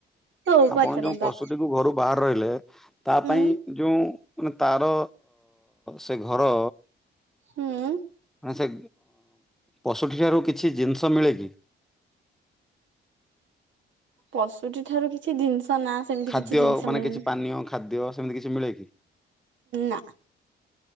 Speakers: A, on the right; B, in the centre.
A: ହଉ
B: ଆପଣ
A: ପଚାରନ୍ତ
B: ଯୋଉ ପଶୁଟିକୁ ଘରୁ ବାହାର୍ ରହିଲେ ତା
A: ହୁଁ
B: ପାଇଁ ଯେଉଁ ମାନେ ତାର ସେ ଘର
A: ହୁଁ।
B: ମାନେ ସେ ପଶୁଟି ଠାରୁ କିଛି ଜିନିଷ ମିଳେ କିି?
A: ପଶୁଟି ଠାରୁ କିଛି ଜିନିଷ ନା ସେମିତି
B: ଖାଦ୍ୟ
A: କିଛି ଜିନିଷ
B: ମାନେ
A: ମିଳନି
B: କିଛି ପାନୀୟ ଖାଦ୍ୟ ସେମିତି କିଛି ମିଳେ କି?
A: ନା।